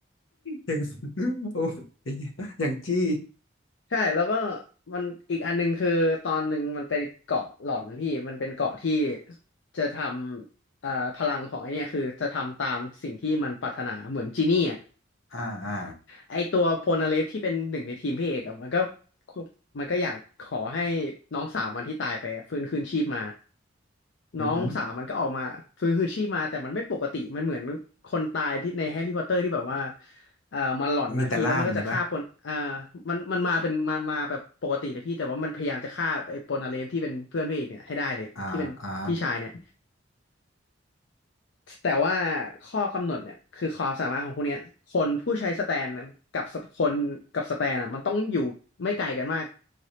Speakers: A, on the left (about 80°); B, on the left (about 65°).
A: อย่าง <laughs> โอ้ยอย่างจี้
B: ใช่แล้วก็มันอีกอันหนึ่งคือตอนหนึ่งมันเป็นเกาะหลอนพี่มันเป็นเกาะที่จะทำเอ่อพลังของไอเนี่ยคือจะทำตามสิ่งที่มันปรารถนาเหมือนจีนี่อะ
A: อ่าอ่า
B: ไอตัวโพนาเลฟที่เป็นหนึ่งในทีมพี่เอกอะมันก็มันก็อยากขอให้น้องสาวมันที่ตายไปฟื้นคืนชีพมา
A: อือหือ
B: น้องสาวมันก็ออกมาฟื้นคืนชีพมาแต่มันไม่ปกติมันเหมือนคนตายที่ในแฮร์รี่พอตเตอร์ที่แบบว่าเอ่อมันหลอนนะพี่แล้วมันก็จะฆ่าคนอ่า
A: มีแต่ล่างไงปะ
B: มันมันมาเป็นมามาแบบปกติเลยพี่แต่ว่ามันพยายามจะฆ่าไอ้โพนาเลฟที่เป็นเพื่อนพี่เอกเนี่ยให้ได้เลยที่เป็นพี่ชายเนี่ย
A: อ่าอ่า
B: แต่ว่าข้อกำหนดเนี่ยคือความสามารถของพวกเนี้ยคนผู้ใช้สแตนกับสคนกับสแตนอ่ะมันต้องอยู่ไม่ไกลกันมาก